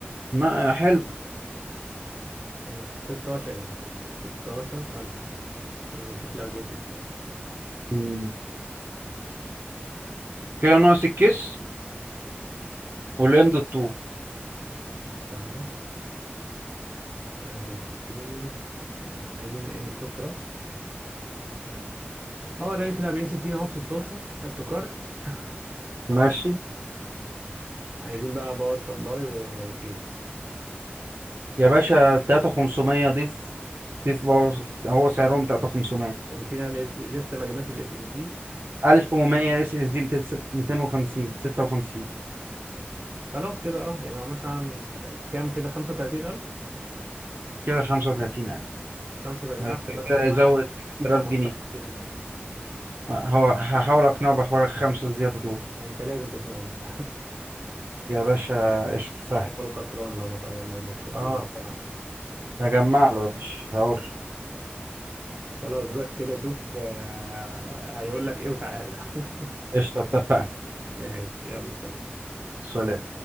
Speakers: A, on the right; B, on the right.
A: ما حلو
B: أما 16 يا عم 16000 عشان نشوف ال 40 60
A: مم. كده ناقص الكيس والام الطوب
B: استنى ال 40 60 عايزين الان ستوك بس اه لقيت ال 40 60 اهو ب 16 اد تو كارت <laughs>
A: ماشي
B: عايزين بقى باور سبلاي و- وكيس
A: يا باشا 3500 ضيف ضيف باور هو سعرهم 3500
B: ونسينا الاس- لسه ما جبناش الاس اس دي
A: 1100 اس اس دي 250 56
B: خلاص كده اه يبقى مثلا خ- كام كده 35000
A: كده 35000
B: 35000
A: هيبقى
B: بقى
A: كده
B: جمعنا
A: يزود 5000
B: كيسه محترمه
A: جنيه
B: جدا
A: هو هحاول اقنعه بحوار الخمسة الزيادة دول
B: انت لازم تقنعه مش
A: يا باشا قشطة
B: <laughs>
A: سهل
B: هو الخسران لو ما لو ما اقت-
A: اه
B: لو ما اقتنع
A: هجمع له يا باشا هقول
B: خلاص روح كده شوف آه، هيقول لك ايه وتعالى <laughs>
A: قشطة اتفقنا
B: ماشي يلا سلام
A: سلام